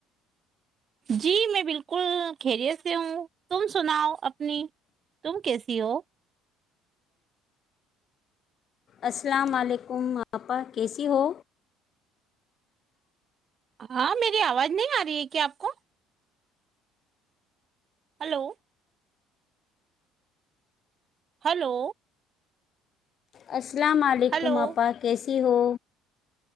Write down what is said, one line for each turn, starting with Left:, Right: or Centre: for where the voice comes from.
Right: جی میں بالکل خیریت سے ہوں تم سناؤ اپنی تم کیسی ہو
Left: السلام علیکم آپا کیسی ہو
Right: ہاں میری آواز نہیں آ رہی ہے کیا آپ کو ہلو ہلو
Left: اس السلام علیکم
Right: ہلو
Left: اپا کی تیی ہو